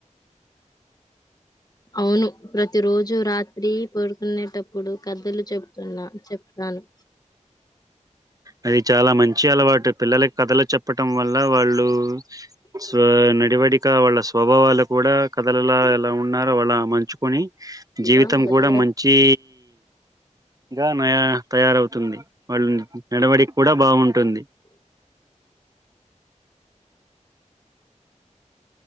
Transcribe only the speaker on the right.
అది చాలా మంచి అలవాటు పిల్లలకి కథలు చెప్పటం వల్ల వాళ్ళు స్ నడవడిక ఇంకా వాళ్ళ స్వభావాలు కూడా కథలలో ఎలా ఉన్నారో వాళ్ళ మలచుకొని జీవితం
కూడా మంచి ఇంకా నయా తయారవుతుంది వాళ్ళు నడవడిక కూడా బాగుంటుంది